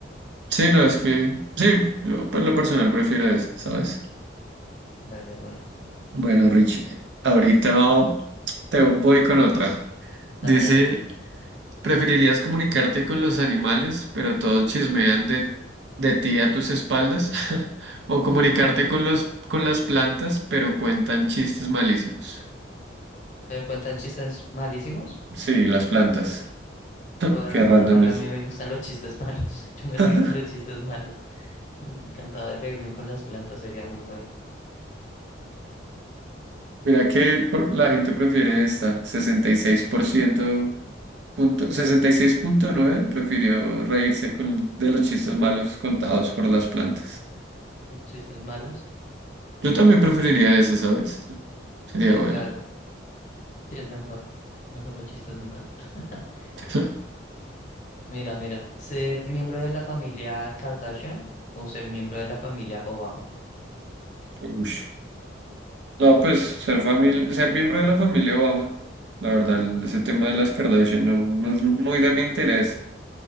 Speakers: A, on the right (about 65°); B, on the left (about 40°).
A: Sí, no, es que, sí, yo por lo personal prefiero eso, ¿sabes?
B: Dale una.
A: Bueno, Richie, ahorita te voy con otra.
B: Dale,
A: Dice,
B: dale de una.
A: ¿preferirías comunicarte con los animales, pero todos chismean de, de ti a tus espaldas? <laughs> ¿O comunicarte
B: <laughs> Uy, no.
A: con los, con las plantas, pero cuentan chistes malísimos?
B: ¿Pero cuentan chistes malísimos?
A: Sí, las plantas. <laughs>
B: Bueno,
A: Qué
B: menos
A: random
B: mal,
A: es.
B: a mí me gustan los chistes malos. <laughs> Yo me
A: <laughs>
B: río con los chistes malos. Me encantaba de reírme con las plantas, sería muy bueno.
A: Mira que por- la gente prefiere esta, 66% punto, sesenta y seis punto nueve prefirió reírse con, de los chistes malos contados por las plantas.
B: ¿Los chistes malos?
A: Yo también preferiría eso, ¿sabes? Sería
B: Sí,
A: bueno.
B: claro. Sí, es mejor. Mejor los chistes malos. <laughs>
A: <laughs>
B: Mira, mira, ¿ser miembro de la familia Kardashian o ser miembro de la familia Obama?
A: Ush. No, pues ser famil- ser miembro de la familia Obama. La verdad, el- ese tema de las Kardashian no, no es muy de mi interés.